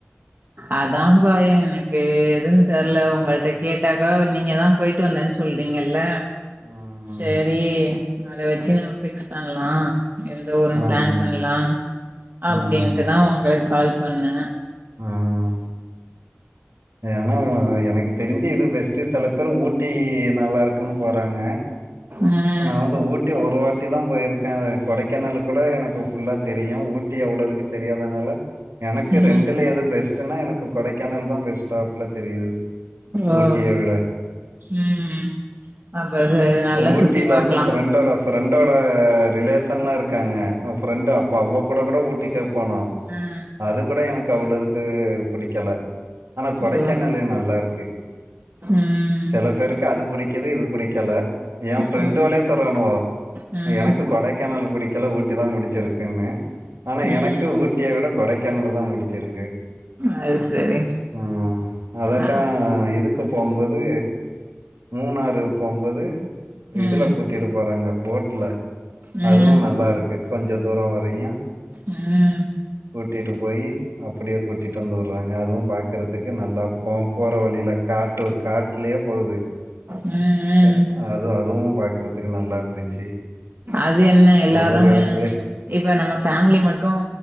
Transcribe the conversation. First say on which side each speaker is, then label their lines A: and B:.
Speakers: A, on the right (about 50°); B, on the right (about 75°).
A: அதான் பா எனக்கு எதுன்னு தெரல உங்களட்ட கேட்டாக்கா நீங்கதான் போயிட்டு வந்தேன்னு சொல்றீங்கல்ல
B: ம்
A: செரி அத வச்சு நம்ம பிக்ஸ் பண்ணலாம் எந்த ஊருனு
B: ம்
A: பிளான் பண்ணலாம் அப்டின்ட்டுதான்
B: ம்
A: உங்களுக்கு கால் பண்ணு
B: ம் ம் ஏன்னா எனக்கு தெரிஞ்சு இது பெஸ்ட்டு சில பேர் ஊட்டி நல்லா இருக்குன்னு போறாங்க
A: ம்
B: நான் வந்து ஊட்டி ஒரு வாட்டி தான் போய்ருக்கேன் கொடைக்கானல் கூட எனக்கு ஃபுல்லாக தெரியும் ஊட்டி அவ்வளோதுக்கு தெரியாதனால எனக்கு
A: ம்
B: ரெண்டுல எது பெஸ்ட்னா எனக்கு கொடைக்கானல் தான் பெஸ்ட் ஸ்டாப்புல தெரியுது
A: ஓ
B: ஊட்டியவிட
A: ம் அப்ப அது நல்லா
B: ஊட்டில
A: சுத்தி பாக்கலா
B: வந்து பிரண்டொட பிரண்டொ ட ரிலேஷன் லாம் இருக்காங்க பிஃரெண்டு அப்பா அவ கூட கூட ஊட்டிக்கே போனும்
A: ம்
B: அது கூட எனக்கு அவ்வளதுக்கு பிடிக்கல ஆனா கொடைக்கானலு
A: ஓ
B: நல்லா இருக்கு
A: ம்
B: சில பேருக்கு அது பிடிக்குது இது பிடிக்கல என் ஃப்ரெண்டு
A: ம்
B: வழே சொல்றானுவோ
A: ம்
B: எனக்கு கொடைக்கானல் பிடிக்கல ஊட்டி தான் பிடிச்சிருக்குன்னு ஆனா
A: ம்
B: எனக்கு ஊட்டிய விட கொடைக்கானல் தான் புடிச்சிருக்கு
A: அது சரி
B: ஆ ம் அதட்ட
A: அ
B: இதுக்கு போவும்போது மூணாறு போம்பது
A: ம்
B: இதுல கூட்டிட்டு போறாங்க போட்ல
A: ம்
B: அதுவும் நல்லா இருக்கு கொஞ்சம் தூரம் வரயும்
A: ம்
B: கிட்ட போயி அப்டியே கூட்டிட்டு வந்து இருக்கறதுக்கு நல்லா போ போற வழியில காட்டு காட்லயே போகுது
A: ம் ம்
B: அ அதுவு அதுவு பாக் இருக்கது நல்லா இருந்துச்சு
A: அது என்ன எலாலோரும்
B: ஒவ்வொரு இடத்துலயும்
A: இப்போ நம்ம ஃபேமிலி மட்டும்